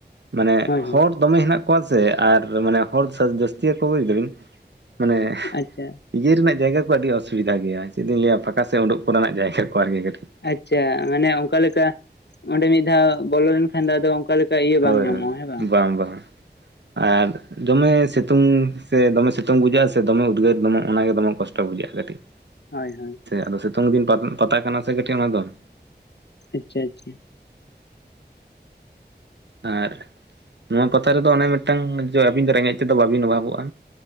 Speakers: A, on the right; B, on the left.
A: ᱢᱟᱱᱮ
B: ᱦᱳᱭ
A: ᱦᱚᱲ
B: ᱦᱳᱭ
A: ᱫᱚᱢᱮ ᱦᱮᱱᱟᱜ ᱠᱚᱣᱟ ᱥᱮ ᱟᱨ ᱢᱟᱱᱮ ᱦᱚᱲ ᱡᱟᱹᱥᱛᱤᱭᱟᱠᱚ ᱵᱟᱹᱵᱤᱱ, ᱢᱟᱱᱮ
B: ᱟᱪᱪᱷᱟ
A: ᱤᱭᱟᱹ ᱨᱮᱱᱟᱜ ᱡᱟᱭᱜᱟ ᱠᱚ ᱟᱹᱰᱤ ᱚᱥᱩᱵᱤᱫᱟ ᱜᱮᱭᱟ, ᱪᱮᱫ ᱤᱧ ᱞᱟᱹᱭᱟ ᱯᱷᱟᱸᱠᱟ ᱥᱮ ᱩᱰᱩᱠ ᱠᱚ ᱱᱟᱜ ᱡᱟᱭᱜᱟ ᱠᱚ ᱟᱨᱠᱤ ᱠᱟᱹᱴᱤᱡ ᱾
B: ᱟᱪᱪᱷᱟ, ᱢᱟᱱᱮ ᱚᱱᱠᱟ ᱞᱮᱠᱟ ᱚᱸᱰᱮ ᱢᱤᱫ ᱫᱷᱟᱣ ᱵᱚᱞᱚ ᱞᱮᱱ ᱠᱷᱟᱱ ᱫᱚ ᱟᱫᱚ ᱚᱱᱠᱟ ᱞᱮᱠᱟ ᱠᱟ ᱤᱭᱟᱹ
A: ᱦᱳᱭ
B: ᱵᱟᱝ ᱧᱟᱢᱚᱜᱼᱟ
A: ᱦᱳᱭ
B: ᱦᱮᱸ ᱵᱟᱝ ᱾
A: ᱵᱟᱝ ᱵᱟᱝ ᱟᱨ ᱫᱚᱢᱮ ᱥᱤ ᱛᱩᱝ ᱥᱮ ᱫᱚᱢᱮ ᱥᱤᱛᱩᱝ ᱵᱩᱡᱷᱟᱹᱜᱼᱟ ᱥᱮ ᱫᱚᱢᱮ ᱩᱫᱽᱜᱟᱹᱨ ᱫᱚᱢᱮ ᱚᱱᱥ ᱜᱮ ᱫᱚᱢᱮ ᱠᱚᱥᱴᱚ ᱵᱩᱡᱷᱟᱹᱜᱼᱟ ᱠᱟᱹᱴᱤᱡ ᱾
B: ᱦᱳᱭ ᱦᱳᱭ ᱾
A: ᱟᱫᱚ ᱥᱤᱛᱩᱝ ᱫᱤᱱ ᱯᱟᱛᱟ ᱠᱟᱱᱟ ᱥᱮ ᱠᱟᱹᱴᱤᱡ ᱚᱱᱟ ᱫᱚ ᱾
B: ᱟᱪᱪᱷᱟ ᱟᱪᱪᱷᱟ ᱾
A: ᱟᱨ ᱱᱚᱣᱟ ᱯᱟᱛᱟ ᱨᱮᱫᱚ ᱚᱱᱮ ᱢᱤᱫᱴᱟᱝ ᱟᱹᱵᱤᱱ ᱫᱚ ᱨᱮᱸᱜᱮᱡ ᱛᱮᱫᱚ ᱵᱟᱵᱤᱱ ᱚᱵᱷᱟᱵᱚᱜᱼᱟ᱾